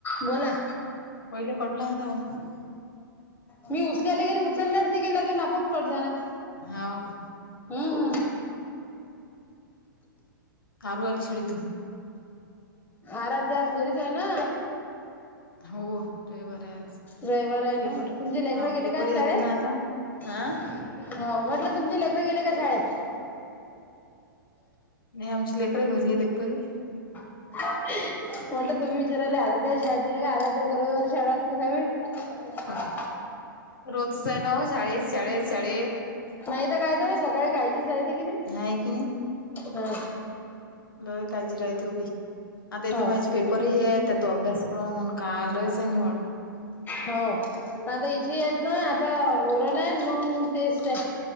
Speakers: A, on the left (about 15°); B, on the left (about 80°).
A: बोला,
B: पहिले कटला होता हो
A: मी उचलायला गेले उचलल्याच नाही गेला तो न आपोआप कट झाला.
B: हाऊ का?
A: हम्म,
B: कामवाली शेडीत.
A: आराध्या आज घरीच आहे ना.
B: हो, रविवार. आहे आज
A: रविवार आहे ना
B: पेपर
A: तुमचे लेकरं
B: हा
A: गेले
B: पेपरही
A: का, आज शाळेत.
B: होती ना आता
A: हो,
B: हा
A: म्हटलं तुमचे लेकर गेले का शाळेत.
B: नाही आमची लेकर घरी येत्यात परी.
A: म्हटलं तुम्ही विचारले आराध्याला शाळेत गेले का, आराध्याला काय रविवारी शाळा असते का. तुम्ही.
B: रोजच आहे ना व शाळेत, शाळेत, शाळेत.
A: नाहीत काय त सकाळी काळजीच राहते की नाही.
B: हाय की नाही
A: हां,
B: लय काळजी राहते, ऒ बाई. आता इथून तर
A: हो
B: माझे पेपरही आहेत. त्या तो अभ्यासक्रम अन काय लयच आहे नव.
A: हो, आता हिची आहेत ना आता ओरल आहेन मग. टेस्ट हाय